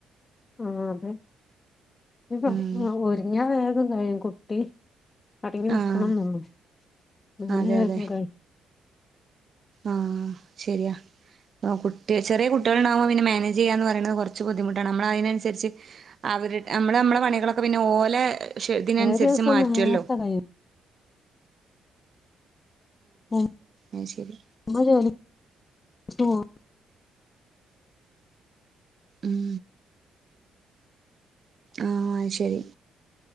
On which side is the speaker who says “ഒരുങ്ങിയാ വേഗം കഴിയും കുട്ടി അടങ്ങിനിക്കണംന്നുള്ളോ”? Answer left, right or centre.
Left